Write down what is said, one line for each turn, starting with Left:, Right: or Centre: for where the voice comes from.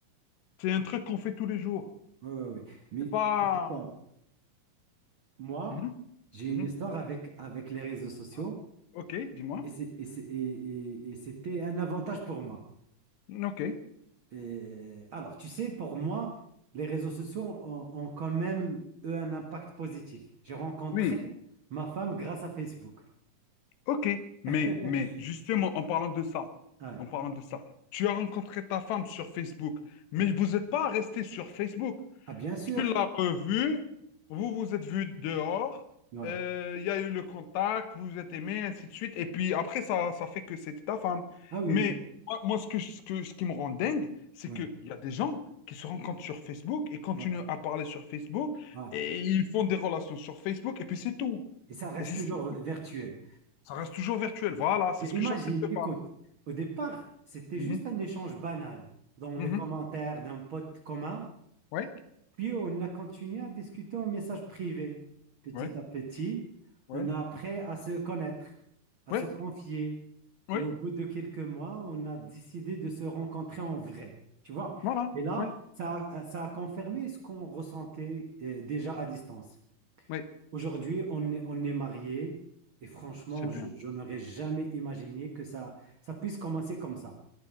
Left: C'est un truc qu'on fait tous les jours.
Right: Ouais, ouais, ouais. Mais
Left: C'est pas.
Right: tu sais quoi, moi,
Left: Mhm,
Right: j'ai
Left: mhm.
Right: une histoire avec, avec les réseaux sociaux
Left: Ah. Ok, dis-moi.
Right: et c'est, et c'est- et- et- et c'était un avantage pour moi.
Left: Ok.
Right: Et, alors, tu sais, pour moi, les réseaux sociaux ont, ont quand même, eux, un impact positif. J'ai rencontré
Left: Oui.
Right: ma femme grâce à Facebook.
Left: Ok. Mais,
Right: <laughs>
Left: mais justement, en parlant de ça,
Right: Ouais.
Left: en parlant de ça, tu as rencontré ta femme sur Facebook, mais
Right: Euh,
Left: vous n'êtes pas resté sur Facebook.
Right: ah, bien sûr.
Left: Tu l'as revu, vous vous êtes vu dehors,
Right: Ouais.
Left: euh, il y a eu le contact, vous vous êtes aimé, ainsi de suite. Et puis après, ça, ça fait que c'était ta femme.
Right: Ah oui,
Left: Mais
Right: oui,
Left: moi, moi, ce que, ce que- ce qui me rend dingue, c'est
Right: oui,
Left: qu'il y a des gens qui se rencontrent sur Facebook et continuent
Right: ouais,
Left: à parler sur Facebook
Right: ouais.
Left: et ils font des relations sur Facebook et puis c'est tout.
Right: Et ça reste
Left: Et c'est-
Right: toujours virtuel.
Left: ça reste toujours virtuel. Voilà, c'est
Right: Mais
Left: ce
Right: imagine,
Left: que j'accepte pas.
Right: écoute, au départ, c'était
Left: Mhm,
Right: juste un échange banal dans
Left: mhm.
Right: les commentaires d'un pote commun,
Left: Ouais,
Right: puis on a continué à discuter en message privé. Petit
Left: ouais,
Right: à petit,
Left: ouais,
Right: on a appris à se connaître, à
Left: ouais,
Right: se confier,
Left: ouais.
Right: et au bout de quelques mois, on a décidé de se rencontrer en vrai, tu vois.
Left: Voilà,
Right: Et là,
Left: ouais,
Right: ça, a- ça a confirmé ce qu'on ressentait euh, déjà à distance.
Left: ouais.
Right: Aujourd'hui, on est, on est mariés et franchement,
Left: C'est bien.
Right: je, je n'aurais jamais imaginé que ça, ça puisse commencer comme ça.